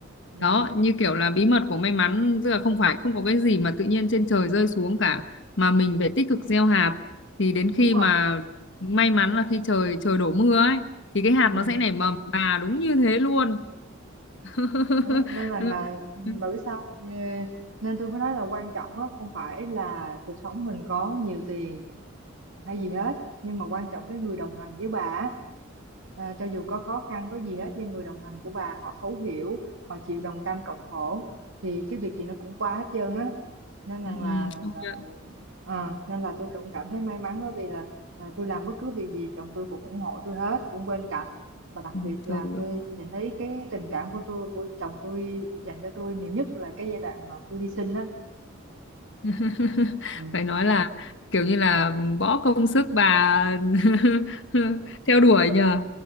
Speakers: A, on the right; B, on the left.
A: ừ
B: đó như kiểu là bí mật của may mắn tức là không phải không có cái gì mà tự nhiên trên trời rơi xuống cả mà mình phải tích cực gieo hạt thì đến
A: đúng
B: khi
A: rồi
B: mà may mắn là khi trời trời đổ mưa ấy thì cái hạt
A: ừ
B: nó sẽ nảy mầm bà đúng như thế luôn <laughs>
A: đó nên rằng
B: ừ,
A: là ừ,
B: ừ,
A: bà biết sao ờ, nên tôi mới nói là quan trọng á không phải là cuộc sống mình có nhiều tiền hay gì hết nhưng mà quan trọng cái người đồng hành với bà á. Ờ, cho dù có khó khăn có gì hết nhưng người đồng hành của bà họ thấu hiểu họ chịu đồng cam cộng khổ thì cái việc gì nó cũng qua hết trơn á nên rằng
B: ừ,
A: là,
B: công
A: là
B: nhận.
A: à, nên là tôi cũng cảm thấy may mắn bởi vì là, là tôi làm bất cứ việc gì chồng tôi cũng ủng hộ tôi hết cũng bên cạnh và đặc
B: Ừ,
A: biệt là
B: Trời
A: tôi
B: ơi.
A: nhìn thấy cái tình cảm của tôi của chồng tôi dành cho tôi nhiều nhất là cái giai đoạn mà tôi đi sinh á
B: <laughs>
A: ừ.
B: phải nói là kiểu như là bỏ công sức bà <laughs> theo đuổi nhờ